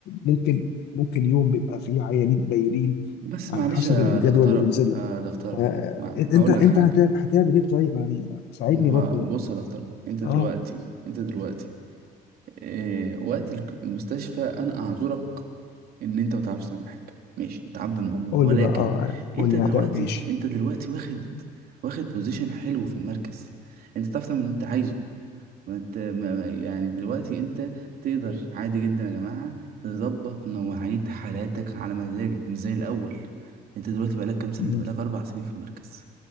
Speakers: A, on the left; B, on the right.
A: ممكن ممكن يوم بيبقى فيه عيانين قليلين
B: بس
A: على
B: معلش
A: حسب
B: يا
A: الجدول
B: دكتوره
A: اللي بينزل
B: يا دكتوره
A: آه،
B: ما- هقول
A: انت انت
B: لك حاجه
A: هت- هتعمل ايه طيب يعني ساعدني
B: ما هو-
A: برضو
B: بص يا دكتوره انت دلوقتي
A: اه
B: انت دلوقتي إيه وقت الك- المستشفى انا اعذرك ان انت ما تعرفش تعمل حاجه ماشي انت عبد المأمور
A: قول
B: ولكن
A: لي بقى اه قول
B: انت
A: لي
B: دلوقتي
A: هتعمل ماشي
B: انت دلوقتي واخد واخد بوزيشن حلو في المركز انت تعرف تعمل اللي انت عايزه ما انت ما ما- يعني دلوقتي انت تقدر عادي جدا يا جماعه تظبط مواعيد حالاتك على مزاجك مش زي الاول انت دلوقتي بقالك كام سنه
A: مم.
B: انت بقالك اربع سنين في المركز